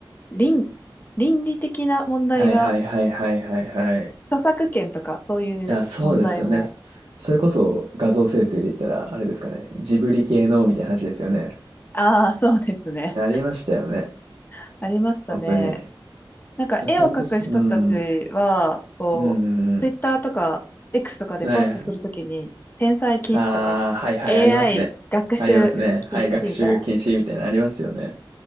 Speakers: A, on the left (about 25°); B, on the right (about 85°).
A: 倫、倫理的な問題が、
B: はいはいはいはいはいはい。
A: 著作権とかそういう問題も、
B: いや、そうですよね。それこそ画像生成で言ったら、あれですかね。ジブリ系のみたいな話ですよね。
A: ああ、そうですね。
B: ありましたよね。
A: <laughs> ありましたね。
B: 本当に。
A: なんか絵を描く人たちは、
B: それこそ、うん。うん
A: こう、
B: うん
A: ツイッターとか X とかでポストするときに、
B: うん。はい。
A: 転載禁止とか、
B: ああ、はいはい、
A: AI
B: ありますね。
A: 学習禁止みたいな
B: ありますね。はい、学習禁止みたいなのありますよね。